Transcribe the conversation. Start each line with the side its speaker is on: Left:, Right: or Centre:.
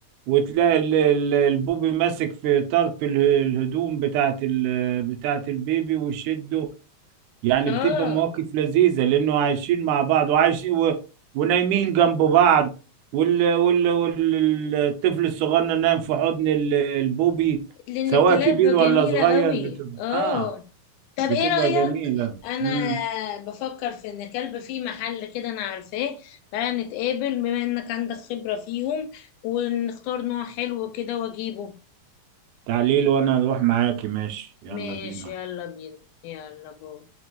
Right: وتلاقي ال- ال- البوبي ماسك في طرف اله- الهدوم بتاعت ال... بتاعت البيبي ويشده يعني
Left: اه
Right: بتبقى مواقف لذيذة لأنه عايشين مع بعض وعايش و... ونايمين جنب بعض وال... وال... وال... الطفل الصغير نايم في حضن ال- البوبي
Left: لان
Right: سواء
Left: الكلاب
Right: كبير ولا
Left: جميله
Right: صغير
Left: قوي
Right: بتبقى
Left: اه
Right: آه
Left: طب
Right: بتبقى
Left: ايه رأيك
Right: جميلة
Left: انا
Right: امم
Left: بفكر في ان كلب في محل كده انا عارفاه تعالى نتقابل بما انك عندك خبرة فيهم ونختار نوع حلو كده واجيبه
Right: تعليل وأنا أروح معاكي ماشي يلا
Left: ماشي
Right: بينا
Left: يلا بينا يلا باي